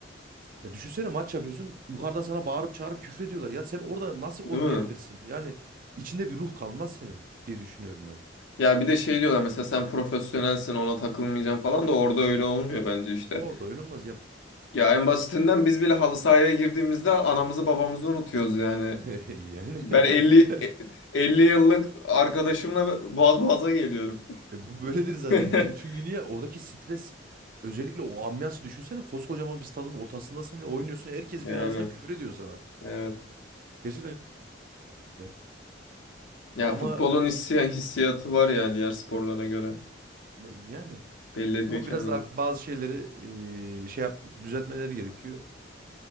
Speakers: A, on the right (about 50°); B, on the left (about 85°).
A: Ya düşünsene maç yapıyorsun. Yukarıdan sana bağırıp çağırıp küfür ediyorlar. Ya sen orada nasıl oynayabilirsin?
B: Değil mi?
A: Yani içinde bir ruh kalmaz senin diye düşünüyorum ben.
B: Ya bir de şey diyorlar mesela sen profesyonelsin ona takılmayacaksın falan da orada öyle olmuyor bence işte.
A: Orada öyle olmaz ya.
B: Ya en basitinden biz bile halı sahaya girdiğimizde anamızı babamızı unutuyoruz yani.
A: <laughs> Yani.
B: Ben elli e-
A: <laughs>
B: 50 yıllık arkadaşımla boğaz boğaza geliyorum.
A: E bu böyledir zaten
B: <laughs>
A: yani çünkü niye oradaki stres özellikle o ambiyansı düşünsene koskocaman bir stadın ortasındasın ve oynuyorsun herkes
B: Yani
A: birazdan küfür ediyor sana.
B: evet.
A: Gerçekten öyle. Ama
B: Ya futbolun hissiy- hissiyatı var yani diğer sporlara göre.
A: e, e, yani
B: Belli ediyor
A: ama
B: kendini.
A: biraz daha bazı şeyleri e, şey yap düzeltmeleri gerekiyor.